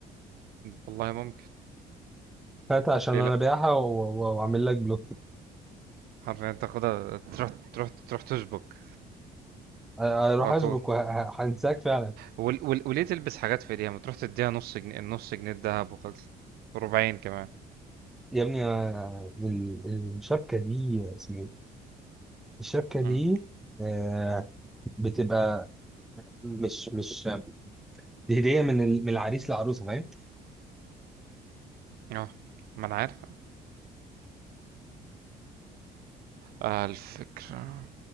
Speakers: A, on the right; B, in the centre.
A: والله ممكن
B: هات عشان
A: ليه
B: انا
A: لا
B: بايعها و- و- واعمل لك بلوك
A: حرفيا تاخدها تروح تروح تروح تشبك
B: أ- اروح
A: على
B: اشبك
A: طول
B: وهنساك فعلا
A: وال- وال- وليه تلبس حاجات في ايديها ما تروح تديها نص جنيه النص جنيه الدهب وخلص ربعين كمان
B: يا ابني أنا- ال- الشبكه دي اسمها ايه الشبكه دي
A: امم
B: آه، بتبقى مش مش دي هديه من ال- من العريس للعروسه فاهم
A: اه ما انا عارف آه الفكرة